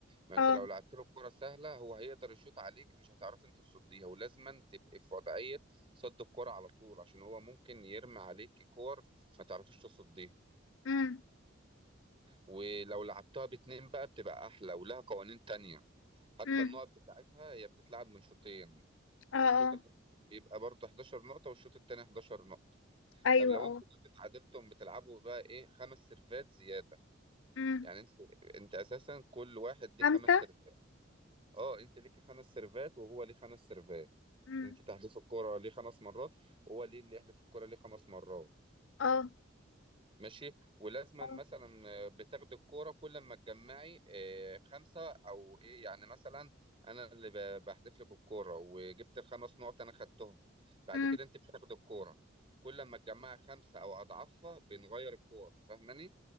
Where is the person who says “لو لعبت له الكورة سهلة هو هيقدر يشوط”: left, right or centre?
Right